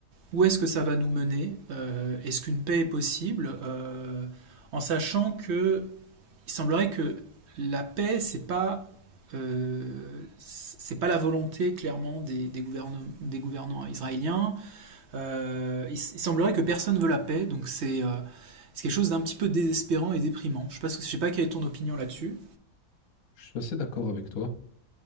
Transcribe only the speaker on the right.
où est-ce que ça va nous mener, euh, est-ce qu'une paix est possible, Euh, en sachant que il semblerait que la paix, c'est pas euh, c'est pas la volonté clairement des, des, gouverne- des gouvernants israéliens. Euh, il, il semblerait que personne veut la paix, donc c'est euh, c'est quelque chose d'un petit peu désespérant et déprimant. Je sais pas, ce que- je sais pas quelle est ton opinion là-dessus.